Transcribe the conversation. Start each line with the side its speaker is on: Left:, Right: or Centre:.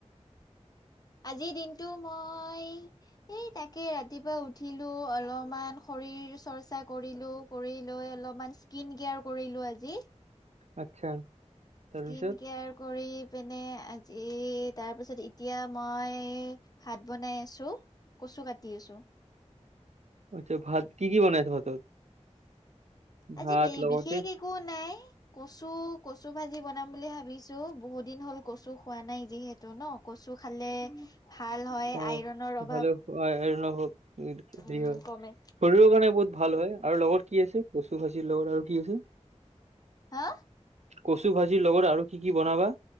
Left: আজিৰ দিনটো মই এই তাকে ৰাতিপুৱা উঠিলো, অলপমান শৰীৰ চৰ্চা কৰিলো। কৰি লৈ অলপমান স্কিন কেয়াৰ কৰিলো আজি।
Right: আচ্ছা। তাৰপিছত
Left: স্কিন কেয়াৰ কৰি পিনে এই তাৰপিছত এতিয়া মই ভাত বনাই আছো। কচু কাটি আছো।
Right: আচ্ছা ভাত কি কি বনাই আছা ভাতত?
Left: আজি
Right: ভাত লগতে
Left: বিশেষ একো নাই। কচু কচু ভাজি বনাম বুলি ভাবিছো বহুত দিন হল কচু খোৱা নাই যিহেতু ন। কচু খালে ভাল হয়
Right: অ
Left: আইৰনৰ অভাৱ
Right: ভালে আইৰণ হওক, হেৰি
Left: উম
Right: হয়
Left: কমে।
Right: শৰীৰৰ কাৰণে বহুত ভাল হয়। আৰু লগত কি আছে কচু ভাজিৰ লগত আৰু কি আছে?
Left: হা
Right: কচু ভাজিৰ লগত আৰু কি কি বনাবা?